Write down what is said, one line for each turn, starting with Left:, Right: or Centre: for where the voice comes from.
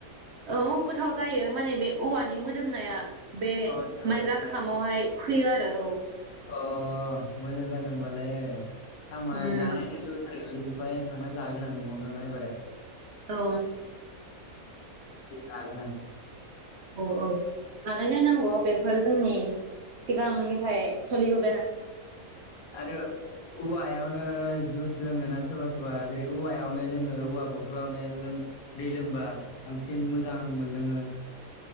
Right: औ गोथाव जायो माने बे औवानि मोदोमनाया बे
Left: अ आदसा
Right: माइब्रा
Left: मोदोमनाया
Right: खामावहाय फैयो आरो औ
Left: ओ मोजां जागोन होनबालाय खामा
Right: उम
Left: जानायनो लुबैथारगोन आलि बिखौहायनो थांनानै जागोन आं न'आव थांनानै एबारहाय
Right: औ
Left: जागोन आं।
Right: औ-औ बानायनायनांगौ बेफोर जोंनि सिगांनिफ्राय सोलिबो
Left: आरो औवायावनो जुस लोङोना सोरबा सोरबा जेरै- औवायावनो जोंङो औवा बथलावनो लों दै लोंबा बांसिन मोजां। मोनलोंङो।